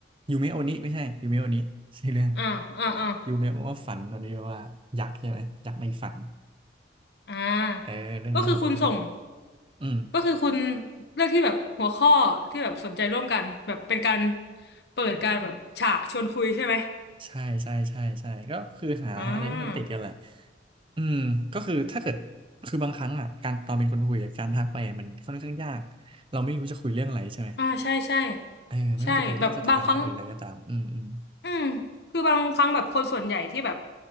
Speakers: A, on the right; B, on the left.
A: ยูเมะโอนิไม่ใช่ยูเมะโอนิใช่เรื่อง
B: อ่าอ่าอ่า
A: ยูเมะว่าฝันตอนนี้แปลว่ายักษ์ใช่ไหมยักษ์ในฝัน
B: อ่าก็คือคุณส่ง
A: เออเรื่องนี้ผมก็เลยส่งอืม
B: ก็คือคุณเลือกที่แบบหัวข้อที่แบบสนใจร่วมกันแบบเป็นการเปิดการแบบฉากชวนคุยใช่ไหม
A: ใช่ใช่ใช่ใช่ก็คือหาอะไรที่มันติดกันแหละ
B: อ่า
A: อืมก็คือถ้าเกิดคือบางครั้งอ่ะการตอนเป็นคนคุยอะการทักไปอะมันค่อนข้างยากเราไม่รู้จะคุยเรื่องอะไรใช่ไหม
B: อ่าใช่ใช่
A: เออไม่ว่าจะเป็นเรื่องสถานะหรืออะไรก็ตามอืมอืม
B: ใช่แบบบางครั้ง อืมคือบางครั้งแบบคนส่วนใหญ่ที่แบบ